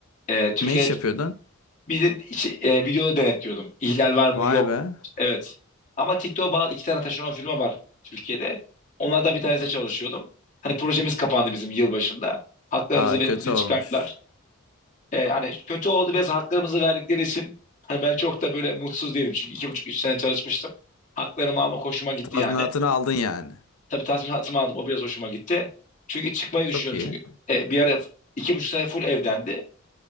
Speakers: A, on the left; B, on the left.
A: E, Türkiye'de
B: Ne iş yapıyordun?
A: bir de içi- e, videoları denetliyordum. İhlal var mı?
B: Vay
A: Yok.
B: be.
A: Evet. Ama TikTok'a bağlı iki tane taşeron firma var Türkiye'de. Onlardan bir tanesi çalışıyordum. Hani projemiz kapandı bizim yılbaşında. Haklarımızı
B: Aa
A: verip
B: kötü
A: bizi
B: olmuş.
A: çıkarttılar. E, hani kötü oldu biraz haklarımızı verdikleri için hani ben çok da böyle mutsuz değilim. Çünkü iki buçuk üç sene çalışmıştım. Haklarımı almak hoşuma gitti
B: Tazminatını
A: yani.
B: aldın yani.
A: Tabii tazminatımı aldım. O biraz hoşuma gitti. Çünkü çıkmayı
B: Çok
A: düşünüyorum.
B: iyi.
A: Çünkü e, bir ara iki buçuk sene full evdendi.